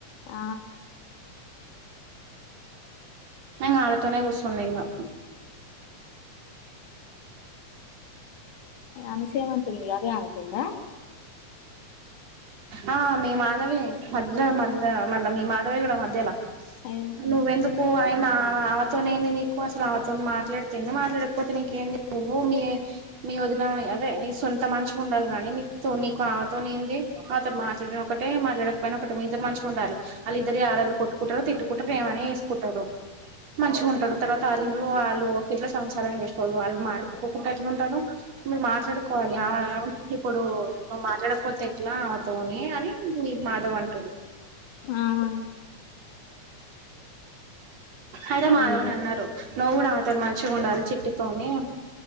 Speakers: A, on the left; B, on the right.
A: ఆ
B: కానీ వాళ్లతోనే కూసోని తిన్నావ్
A: ఉ అనూష ఎం అంటుంది, అదే అంటుందా <unintelligible>
B: ఆ మీ మాధవి మధ్యలా మధ్యలా మళ్ళా మీ మాధవి కూడా మధ్యలా
A: ఏం
B: నువ్వు ఎందుకు ఆ ఆ ఆమె ఆమెతోనే ఏంది నీకు అసలు ఆమెతో మాట్లాడితే మాట్లాడకపోతే నీకేంది నువ్వు మీ మీ వదిన అదే ఈ సొంత మనిషిగా ఉండాలి గానీ నీతోని కు ఆమెతోనే ఏంది ఆమెతోని మాట్లాడిన ఒకటే మాట్లాడకపోయినా ఒకటే మీ ఇద్దరు మంచిగా ఉండాలి, వాళ్లు ఇద్దరు ఆల్రెడీ కొట్టు కుంటారు తిట్టుకుంటారు ఏమన్నా చేసుకుంటారు మంచిగా ఉంటారు తర్వాత వాళ్ళ ఇంట్లో వాళ్ళు ఎట్లా సంసారం చేసెటోళ్ళు వాళ్ళు మాట్లాడుకోకుండా ఎట్ల ఉంటారు మీరు మాట్లాడుకోవాలి ఆ ఇప్పుడు నువ్వు మాట్లాడకపోతే ఎట్లా నాతోనే అని మాధవి అంటోంది
A: ఉమ్
B: అయితే మాధవని
A: అయ్యో
B: అన్నారు, నువ్వు కూడా మాతో మంచిగా ఉండాలి చిట్టితోని